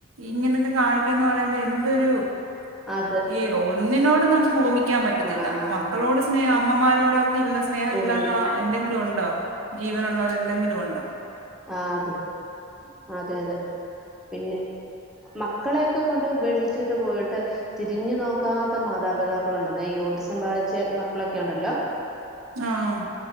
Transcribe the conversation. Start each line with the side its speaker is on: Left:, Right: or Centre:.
Right: ഇങ്ങനൊക്കെ കാണിക്കാന്ന് പറയുമ്പോ എന്തൊരു
Centre: അത്
Right: ഈ ഒന്നിനോടും നമ്ക്ക് ഉപമിക്കാൻ പറ്റത്തില്ല
Centre: ആ ആ
Right: മക്കളോട് സ്നേഹം അമ്മമാരോട് പ്പഇല്ല സ്നേഹവില്ലാത്ത
Centre: ഉപമി
Right: എന്തെങ്കിലും ഒണ്ടോ ജീവനുള്ളത് എന്തെങ്കിലും ഒണ്ടോ
Centre: ആഹ് അതെ അതെ അതെ പിന്നെ മക്കളെയൊക്കെ കൊണ്ട് ഉപേക്ഷി ച്ചിട്ട് പോയിട്ട് തിരിഞ്ഞു നോക്കാത്ത മാതാപിതാക്കളുണ്ടെന്നേ ഈ ഓട്ടിസം ബാധിച്ച മക്കളൊക്കെ ഉണ്ടല്ലോ
Right: ആഹ്